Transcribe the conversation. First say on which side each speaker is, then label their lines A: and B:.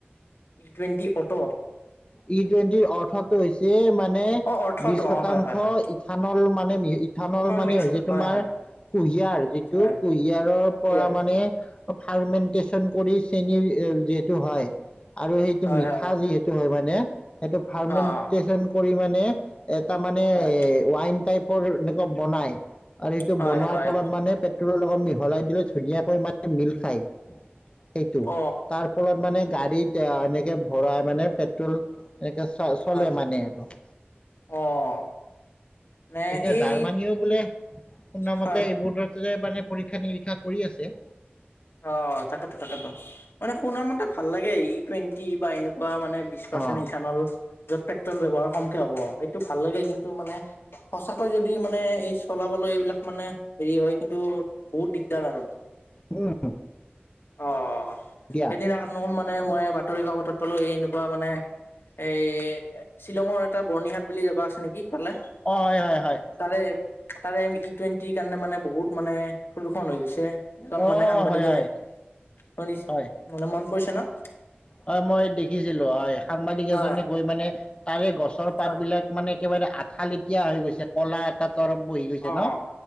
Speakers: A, on the left; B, on the left.
A: ই টুৱেণ্টি অ'ট
B: ই টুৱেণ্টিৰ অৰ্থটো হৈছে মানে
A: অ অৰ্থটো
B: বিশ শতাংশ
A: অ হয় হয় হয়
B: ইথানল মানে ইথানল মানে
A: মিক্স
B: হৈছে তোমাৰ
A: হয় হয়
B: কুঁহিয়াৰ, যিটো
A: হয়
B: কুঁহিয়াৰৰ
A: ক্লিয়াৰ
B: পৰা মানে ফাৰ্মেনটচন কৰি চেনীৰ যিহেতু হয় আৰু সেইটো
A: হয়
B: মিঠা
A: হয়
B: যিহেতু হয় মানে মানে সেইটো ফাৰমেনতেচন
A: অ
B: কৰি মানে এটা মানে
A: হয়,
B: ৱাইন টাইপৰ এনেকুৱা বনাই, আৰু সেইটো
A: হয়,
B: বনোৱাৰ
A: হয়,
B: ফলত মানে পেট্ৰ'লৰ লগত মিহলাই দিলে ধুনীয়াকৈ মানে মিল খায়, সেইটো।
A: অ',
B: তাৰ ফলত মানে গাড়ীত এনেকে ভৰাই মানে পেট্ৰল এনেকে চ চলে
A: হয়,
B: মানে আৰু।
A: অ'। নে
B: এতিয়া
A: সেই
B: জাৰ্মানীও বোলে শুনা মতে
A: হয়,
B: এইবোৰ মানে পৰীক্ষা-নিৰীক্ষা কৰি আছে।
A: অ', তাকেতো-তাকেতো মানে শুনা মতে ভাল লাগে ই টুৱেণ্টি বা এনেকুৱা মানে বিশ পাৰ্চেন্ট
B: অ
A: ইন্থানল যত পেট্ৰল ব্যৱহাৰ কমকে হ'ব সেইটো ভাল লাগে কিন্তু মানে সঁচাকৈ যদি মানে এই চলাবলৈ এইবিলাক মানে হেৰি হয় কিন্তু বহুত দিগদাৰ আৰু।
B: উম।
A: অ',
B: দিয়া
A: এদিনা <unintelligible> মানে মই বাতৰি কাকতত পালোঁ এই এনেকুৱা মানে এই শ্বিলঙৰ এটা বৰ্ণিহাট বুলি জেগা আছে নেকি <unintelligible>
B: অ', হয়-হয়-হয়।
A: তাৰে-তাৰে ই টুৱেণ্টিৰ কাৰণে মানে বহুত মানে প্ৰদূষণ হৈ গৈছে। এজন
B: অ
A: মানে সাংবাদিকে
B: হয় হয়
A: শুনি,
B: হয়
A: মানে মনট পৰিছে ন?
B: হয় মই দেখিছিলোঁ হয়, সাংবাদিক
A: হয়
B: এজনে গৈ মানে তাৰে গছৰ পাত
A: হয়
B: বিলাক মানে একেবাৰে আঠালেটেইয়া হৈ গৈছে কলা এটা তৰব বহি গৈছে
A: অ
B: ন?